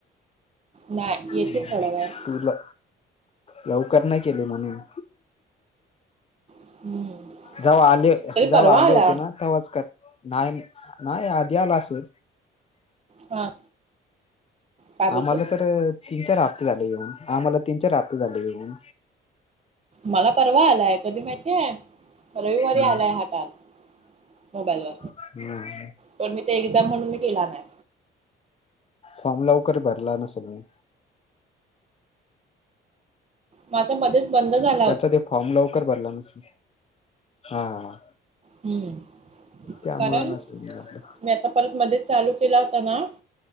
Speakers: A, on the right; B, on the left.
A: नाही
B: हं
A: येतील
B: हं
A: थोड्या वेळात.
B: तुला. लवकर नाही केले म्हणून.
A: हम्म
B: जवा आले-जवा
A: तरी परवा
B: आले
A: आला.
B: होते ना तवाच कर. नाय- नाय अधी आला असल.
A: हा! काय बोलतोस?
B: आम्हाला तर तीन चार हप्ते झाले येेऊन, आम्हाला तीन चार हप्ते झाले येऊन.
A: मला परवा आलाय कधी माहितीय रविवारी
B: हम्म.
A: आलाय हा टास्क. मोबाईला
B: हम्म.
A: पण मी ते एक्झाम म्हणून मी केेला नाही.
B: फॉम लवकर भरला नसेल मी.
A: माझा मध्येच बंद झाल
B: त्याचा ते फॉर्म लवकर भरला नसलं,, हा हा.
A: हम्म
B: त्यामुळ
A: कारण
B: नसत म आपलं.
A: मी आता परत मध्येच चालू केला होता ना!